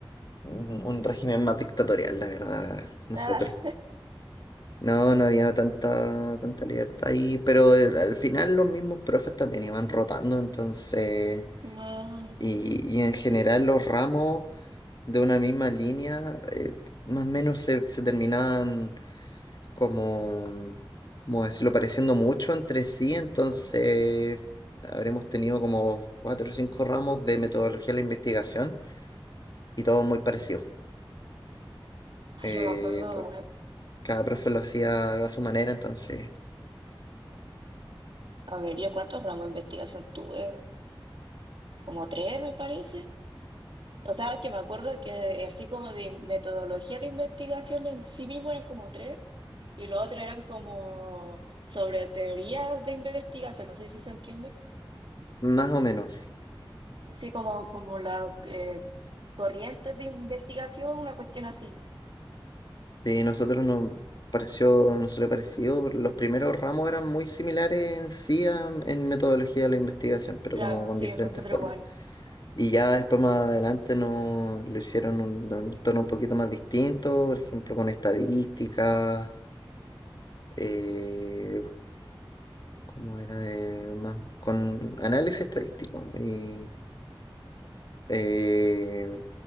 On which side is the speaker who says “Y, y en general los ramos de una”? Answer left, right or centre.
Left